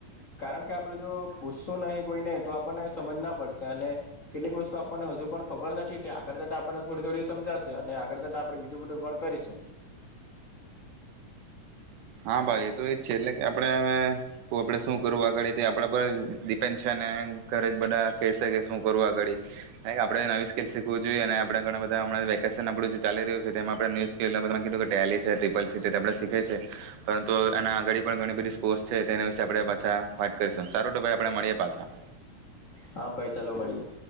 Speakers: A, on the left (about 60°); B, on the right (about 75°).
A: કારણ કે આપડ જો પૂછશું નહીં કોઈને તો આપણને સમજ ના પડશે, અને કેટલીક વસ્તુ આપણને હજુ પણ ખબર નથી કે આગળ જતા આપણને થોડી થોડી સમજાશે, અને આગળ જતા આપણે બીજું બધું પણ કરીશું.
B: હા ભાઈ, એ તો એજ છે, એટલે કે આપણે હવે આપણે શું કરવું આગળ આપણા પર ડિપેન્ડ છે ને, ઘરે જ બધા કહે કે શું કરવું, આગળ આપણે નવી સ્કીલ શીખવું જોઈએ, અને આપણે ધણા બધા વેકેશન આપનુ ચાલી રહ્યું છે તેમાં, કીધું ટેલી છે, સીસીસી છે તે બધા શીખે છે. તો એ. આગળ પણ ઘણી બધી તેના વિશેે આપડે પાછા. સારું તો ભાઈ, આપણે મળીએ પાછા.
A: હા ભાઈ ચાલો મળીએ